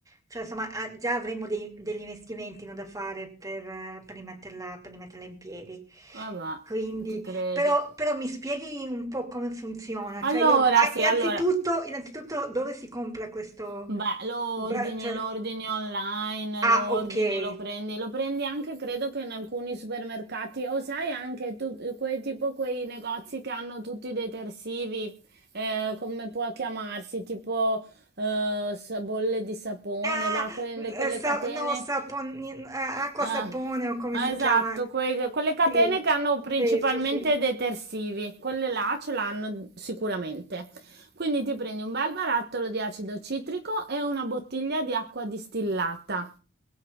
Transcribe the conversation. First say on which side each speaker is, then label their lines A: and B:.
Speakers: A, on the right; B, on the right.
A: cioè, insomma, ah, già avremo dei- degli investimenti, no, da fare per, eh, per rimetterla, per rimetterla in piedi.
B: Vabbè,
A: Quindi,
B: ti credo.
A: però, però mi spieghi un po' come funziona.
B: Allora,
A: Cioè, io, ah,
B: sì,
A: innanzitutto,
B: allora.
A: innanzitutto, dove si compra questo,
B: Beh, lo
A: bra-
B: ordini,
A: cioè,
B: lo ordini online,
A: Ah,
B: lo ordini,
A: okay.
B: lo prendi, lo prendi anche credo che in alcuni supermercati o sai anche tu, quei, tipo quei negozi che hanno tutti i detersivi, eh, come può chiamarsi, tipo eh, s- bolle di sapone,
A: Ah,
B: là, quelle,
A: mhmm, ehm,
B: quelle
A: sa
B: catene
A: no, saponin a
B: eh,
A: acqua sapone o come
B: eh,
A: si
B: esatto,
A: chiama?
B: quei- quelle catene
A: Sì,
B: che hanno principalmente
A: sì, sì, sì.
B: detersivi, quelle là ce l'hanno sicuramente. Quindi ti prendi un bel barattolo di acido citrico e una bottiglia di acqua distillata.